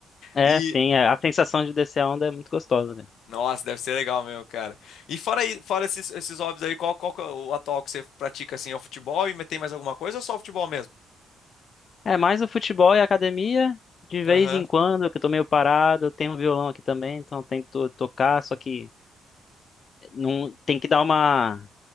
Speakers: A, on the left (about 45°); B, on the left (about 75°).
A: É,
B: e
A: sim, é, a sensação de descer a onda é muito gostosa, né?
B: Nossa, deve ser legal mesmo, cara. E fora, aí, fora esses, esses hobbies aí, qual, qual que é o atual que você pratica assim? É o futebol e tem mais alguma coisa ou só o futebol mesmo?
A: É, É, mais o futebol e a academia, de vez
B: Aham.
A: em quando, que eu tô meio parado, eu tenho um violão aqui também, então eu tento tocar, só que não, tem que dar uma,